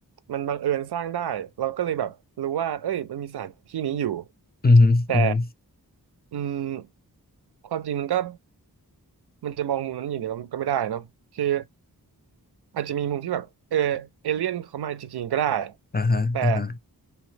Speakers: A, on the right; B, on the left.
A: มันบังเอิญสร้างได้เราก็เลยแบบรู้ว่าเอ้ยมันมีสถานที่นี้อยู่
B: อือฮึอือฮึ
A: แต่อืมความจริงมันก็มันจะมองมุมนั้นอย่างเดียวก็ไม่ได้เนาะคืออาจจะมีมุมที่แบบเออเอเลี่ยนเขามาจริงๆก็ได้
B: อ่าฮะอ่าฮะ
A: แต่